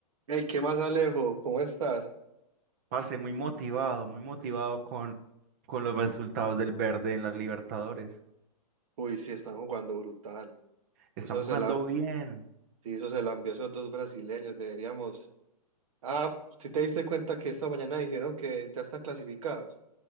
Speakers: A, on the right (about 50°); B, on the right (about 25°).
A: Hey, ¿qué más, Alejo? ¿Cómo estás?
B: Parce, muy motivado, muy motivado con, con los resultados del verde en las Libertadores.
A: Uy, sí, están jugando brutal.
B: Están
A: Eso
B: jugando
A: se la,
B: bien.
A: sí, eso se la envió a esos dos brasileños. Deberíamos. Ah, si te diste cuenta que esta mañana dijeron que ya están clasificados?